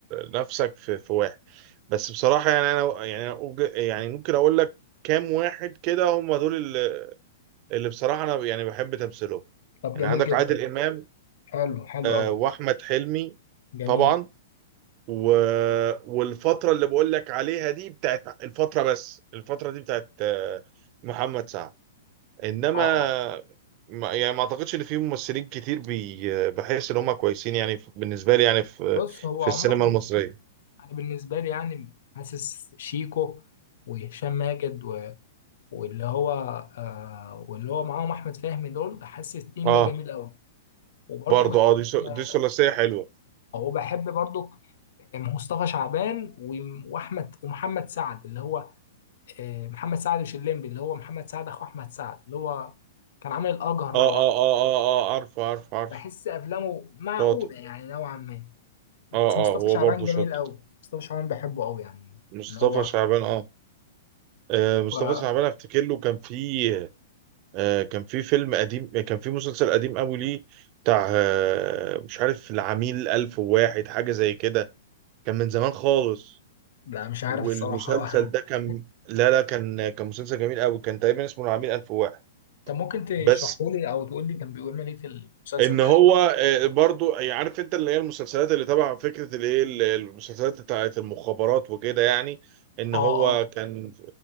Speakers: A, on the right; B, on the left.
A: نفسك في في واحد بس بصراحة يعني انا يعني أنا أوج- يعني ممكن اقول لك كام واحد كده هم دول اللي, اللي بصراحة انا يعني بحب تمثيلهم
B: طب
A: يعني
B: جميل
A: عندك
B: جدا
A: عادل امام
B: حلو حلو
A: آه،
B: قوي
A: واحمد حلمي
B: جميل
A: طبعا و... والفترة اللي بقول لك عليها دي بتاعت الفترة بس الفترة دي بتاعت آه، محمد سعد انما
B: اه اه
A: ما يعني ما اعتقدش ان في ممثلين كتير بي بحس ان هم كويسين يعني في- بالنسبه لي يعني في
B: بص هو
A: في
B: عموما
A: السينما المصريه
B: انا بالنسبه لي يعني حاسس شيكو وهشام ماجد واللي هو آه واللي هو معاهم احمد فهمي دول حاسس التيم
A: اه
B: ده جميل قوي وبرضه
A: برضو
B: بحب
A: اه دي ثل-
B: آه،
A: دي ثلاثيه حلوه
B: او بحب برضه آه، مصطفى شعبان و- واحمد ومحمد سعد اللي هو آه، محمد سعد مش الليمبي اللي هو محمد سعد اخو احمد سعد اللي هو كان عامل الاجهر
A: اه
B: لو عارف
A: اه اه اه اه عارف عارف عارف
B: بحس افلامه معقوله
A: شاطر
B: يعني نوعا ما
A: اه
B: بس مصطفى
A: اه هو
B: شعبان
A: برضو
B: جميل
A: شاطر
B: قوي مصطفى شعبان بحبه قوي يعني
A: مصطفى
B: اللي هو
A: شعبان اه آه، مصطفى
B: هو-
A: شعبان افتكر له كان في آه، كان في فيلم قديم كان في مسلسل قديم قوي ليه بتاع آه، مش عارف العميل ألف وواحد حاجة زي كده كان من زمان خالص
B: لا مش عارف
A: والمسلسل
B: الصراحه
A: ده
B: <laughs>
A: كان لا لا كان كان مسلسل جميل قوي كان تقريبا اسمه العميل 1001
B: طب ممكن تشرحه
A: بس
B: لي او تقول لي كان بيعمل ايه في المسلسل
A: ان
B: ده
A: هو آه، برضو يعني عارف انت اللي هي المسلسلات اللي تبع فكره الايه ال- المسلسلات بتاعت المخابرات وكده يعني ان
B: اه
A: هو
B: اه
A: كان